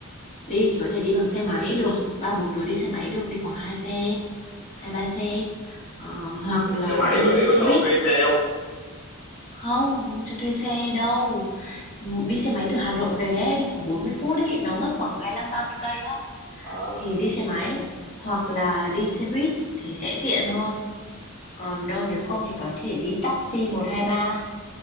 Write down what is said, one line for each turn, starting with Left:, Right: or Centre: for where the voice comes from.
Left: đi thì có thể đi bằng xe máy được, ba bốn đứa đi xe máy được, đi khoảng hai xe, hai ba xe Ờ, hoặc là
Centre: xe máy
Left: đi
Centre: ở đấy có
Left: xe
Centre: chỗ
Left: buýt.
Centre: thuê xe không
Left: Không, không cho thuê xe đâu. Đi xe máy từ Hà Nội về ấy, đi khoảng 40 phút ấy, nó mất khoảng hai lăm ba mươi cây á.
Centre: à
Left: thì đi xe máy, hoặc là đi xe buýt thì sẽ tiện hơn. Còn đâu nếu không thì có thể đi taxi 123